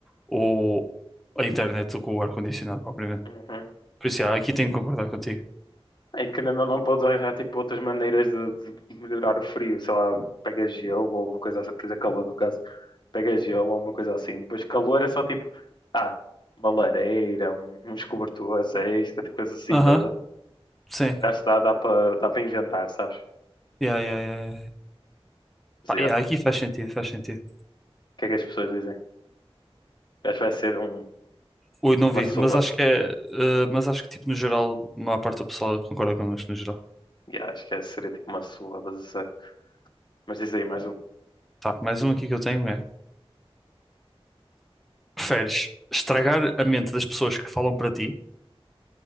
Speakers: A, in the centre; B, on the left (about 45°).
A: o, a internet do que o ar-condicionado propriamente.
B: Uhum.
A: Por isso, yeah, aqui tenho que concordar contigo.
B: É que não, não podes arranjar tipo, outras maneiras de, de melhorar o frio, sei lá, pega gelo ou uma coisa assim, precisa calor no caso, pega gelo ou uma coisa assim. Depois calor é só tipo, ah, uma lareira, um- uns cobertores extra, tipo coisa assim,
A: Aham,
B: tá,
A: sim.
B: tá? Acho que dá, dá para dá para inventar, sabes?
A: Yeah, yeah, yeah, yeah.
B: Mas,
A: Pá,
B: yeah,
A: yeah,
B: O
A: aqui faz sentido, faz sentido.
B: que é que as pessoas dizem? Acho que vai ser um,
A: Ui, não vi,
B: uma surra.
A: mas acho que é, eh, mas acho que tipo no geral, a maior parte do pessoal concorda connosco no geral.
B: Yeah, acho que é- seria tipo uma surra, mas, eu sei. mas diz aí mais um.
A: Tá, mais um aqui que eu tenho é: preferes estragar a mente das pessoas que falam para ti,